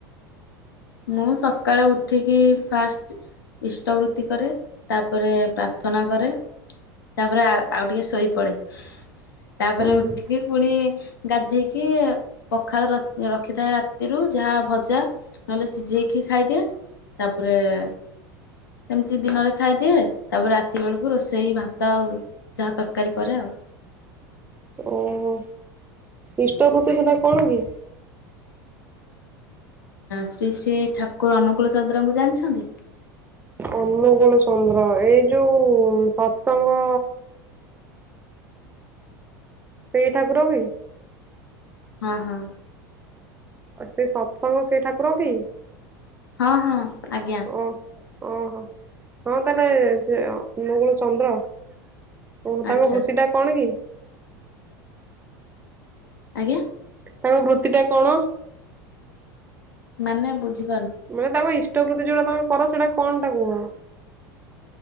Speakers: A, on the left; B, on the right.
A: ମୁଁ ସକାଳୁ ଉଠିକି ଫାଷ୍ଟ ଇଷ୍ଟବୃତ୍ତି କରେ ତାପରେ ପ୍ରାର୍ଥନା କରେ ତାପରେ ଆଉ ଟିକେ ଶୋଇପଡ଼େ। ତାପରେ
B: ଉୁଁ
A: ଉଠିକି
B: ହୁଁ
A: ପୁଣି ଗାଧେଇକି ପଖାଳ ରଖିଥାଏ ରାତିରୁ ଯାହା ଭଜା ନହେଲେ ସିଝେଇକି ଖାଇଦିଏ। ତାପରେ ସେମିତି ଦିନରେ ଖାଇଦିଏ ତାପରେ ରାତି ବେଳକୁ ରୋଷେଇ ଭାତ ଆଉ ଯାହା ତରକାରୀ କରେ ଆଉ।
B: ଓହୋ ଇଷ୍ଟର <inaudible> ତୁ ସେଟା କଣ କି
A: ଶ୍ରୀ ଶ୍ରୀ ଠାକୁର ଅନୁକୂଳ ଚନ୍ଦ୍ରଙ୍କୁ ଜାଣିଛନ୍ତି।
B: ଅନୁଗୁଳ ଚନ୍ଦ୍ର ଏଇ ଯୋଉ ସତ୍ସଙ୍ଗ ସେଇ ଠାକୁର କି?
A: ହଁ ହଁ।
B: ସେ ସତ୍ସଙ୍ଗ ସେ ଠାକୁର କି।
A: ହଁ ହଁ। ଆଜ୍ଞା।
B: ଓ ଓହୋ ହଁ ତାହେଲେ ସେ ଅନୁଗୁଳୂ ଚନ୍ଦ୍ର। ଓ
A: ଆଚ୍ଛା
B: ତାଙ୍କ ବୃତ୍ତି ଟା କଣ କି।
A: ଆଜ୍ଞା।
B: ତାଙ୍କ ବୃତ୍ତି ଟା କଣ।
A: ମାନେ ବୁଝି
B: ମାନେ ତାକୁ ଟବୃତ୍ତି ଯୋଉଟା ତମେ କର ସେଇଟା କଣ ଟା କୁହ।